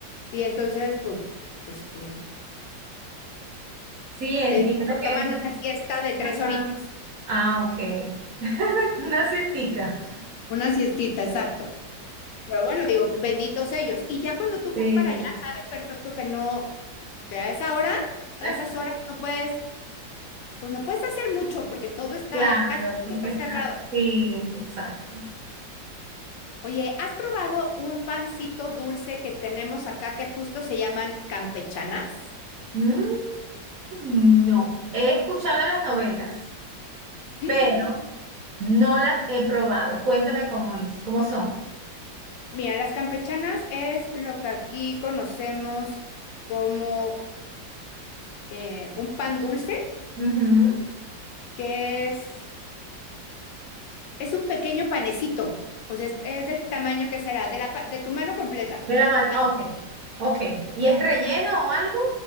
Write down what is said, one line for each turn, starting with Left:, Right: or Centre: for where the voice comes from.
Left: Y entonces, pues, este,
Right: Sí, entiendo
Left: te digo que
Right: que.
Left: toman una siesta de tres
Right: Ajá.
Left: horitas.
Right: Ah, ok. <laughs> Una siestica.
Left: Una siestita, exacto. Pero bueno, digo, benditos ellos. Y ya cuando tú
Right: Sí.
Left: vas para allá, sabes perfecto que no, que a esa hora, a
Right: <laughs>
Left: esas horas no puedes, pues no puedes hacer mucho porque todo está,
Right: Claro,
Left: casi
Right: porque
Left: todo está
Right: está.
Left: cerrado.
Right: Sí, exacto.
Left: Oye, ¿has probado un pancito dulce que tenemos acá que justo se llaman campechanas?
Right: Mm, no. He escuchado en las novelas,
Left: <gasps>
Right: pero no las he probado. Cuéntame cómo es, cómo son.
Left: Mira, las campechanas es lo que aquí conocemos como eh, un pan dulce,
Right: Ujú.
Left: que es, es un pequeño panecito, o sea, es, es del tamaño que será, de, la, pa- de tu mano completa,
Right: De la mano.
Left: más
Right: Ok. Ok. ¿Y es relleno o algo?